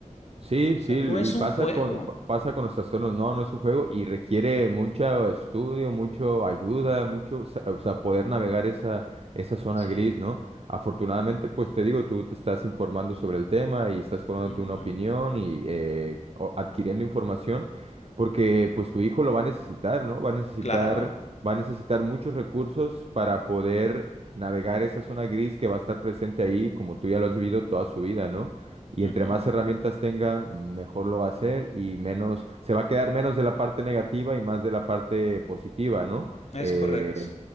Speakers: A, on the right; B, on the left.
A: Sí,
B: O
A: sí,
B: sea, no
A: y
B: es
A: pasa
B: un juego.
A: con, pa- pasa con los trastornos. No, no es un juego y requiere mucho estudio, mucho ayuda, mucho, sa- o sea, poder navegar esa, esa zona
B: Sí,
A: gris, ¿no? Afortunadamente, pues te digo, tú te estás informando sobre el tema y estás formándote
B: uh
A: una
B: -huh,
A: opinión y eh, o- adquiriendo información, porque pues tu hijo lo va a necesitar, ¿no? Va a necesitar,
B: claro,
A: va a necesitar muchos recursos para poder navegar esa zona gris que va a estar presente ahí, como tú ya lo has vivido toda su vida, ¿no? Y
B: uh
A: entre
B: -huh,
A: más herramientas tenga, mejor lo va a hacer y menos, se va a quedar menos de la parte negativa y más de la parte positiva, ¿no?
B: es
A: Eh,
B: correcto.